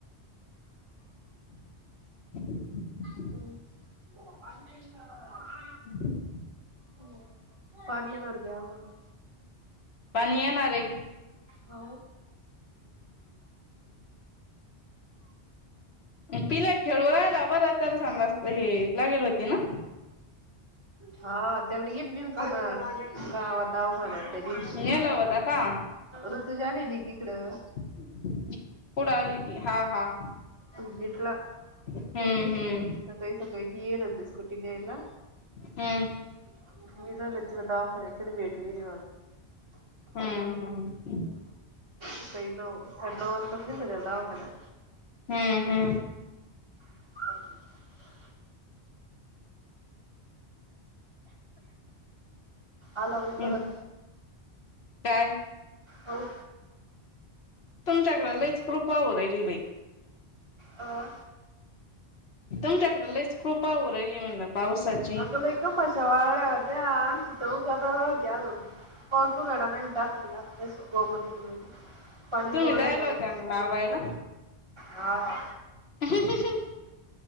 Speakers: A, on the left; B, on the right.
A: <inaudible>
B: हम् <inaudible>
A: <inaudible>
B: हम् पाणीणार ग्याणार.
A: पाणी येणार रे!
B: हो!
A: पिला खेळू राहिला बरं त्या सांजा हे लागेल होती ना?
B: हा त्याला येेत नलत ना गावात दवाखान्या दिवशी
A: नेलं होता का
B: ऋतुजा आलेली की इकडं.
A: <inaudible> हा, हा.
B: व्हिजिटला.
A: हम्म
B: त्या दिशी
A: हम्म
B: सकाळी सकाळी त येल होते स्कुटीनेला?
A: हम्म!
B: <unintelligible> दवाखान्यात मला भेटलेली ती,
A: हम्म..... हम, हम!
B: शैलो हॅलो असतील का आता दवाखान्यात.
A: हम, हम!
B: <inaudible> आला होय
A: हम्म
B: परत.
A: काय.
B: हो.
A: तुमच्याकडे लईच कृपा होऊ राहिली बाई!
B: हो!
A: तुमच्याकडे लईच कृपा होऊ राहिली म्हणल पावसाची.
B: आग लई का. पत्रावळ्या होत्या, उषाजवळ होत्या पाऊस उघडला नाही म्हणून टाकून दिल्या. त्या सुपवा मध्ये मुरलं पाणी
A: तुम्ही
B: जोरदार
A: जायला
B: जाईल.
A: होत्या ना लावायला
B: हा हा.
A: <inaudible>